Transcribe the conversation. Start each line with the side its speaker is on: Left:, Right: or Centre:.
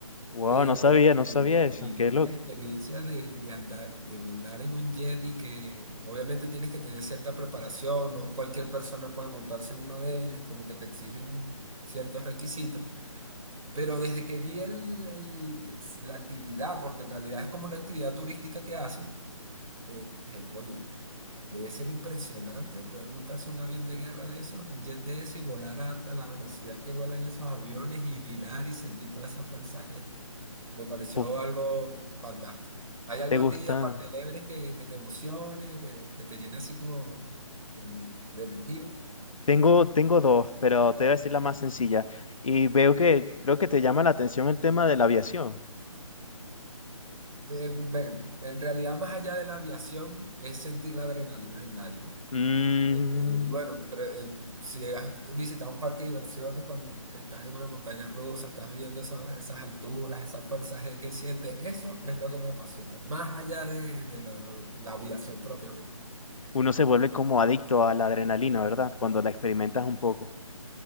Left: wow,
Right: Pero
Left: no sabía, no sabía
Right: vi-
Left: eso.
Right: vivir
Left: Qué loco.
Right: la experiencia de, de andar, de volar en un jet y que obviamente tienes que tener cierta preparación, no cualquier persona puede montarse en uno de ellos, como que te exigen ciertos requisitos. Pero desde que vi el, el- la actividad, porque en realidad es como una actividad turística que hacen, eh, que, oye, debe ser impresionante poder montarse un avión de guerra de esos, un jet de eso y volar a, a la velocidad que vuelan esos aviones y girar y sentir toda esa fuerza me pareció
Left: Uf,
Right: algo fantástico. ¿Hay algo
Left: ¿te
Right: a
Left: gusta?
Right: ti, aparte del Everest, que, que te emocione, que, que te llene así como, como de energía?
Left: Tengo, tengo dos, pero te voy a decir la más sencilla. Y veo que creo que te llama la atención el tema de la aviación.
Right: Eh, bueno, en realidad, más allá de la aviación, es sentir la adrenalina en algo.
Left: Mm,
Right: Eh, y bueno, creo- eh, si has visitado un parque de diversiones, cuando estás en una montaña rusa, estás viendo esa- esas alturas, esas fuerzas que sientes, eso es lo que me apasiona, más allá de, de lo- la aviación propiamente.
Left: uno se vuelve como adicto a la adrenalina, ¿verdad? Cuando la experimentas un poco.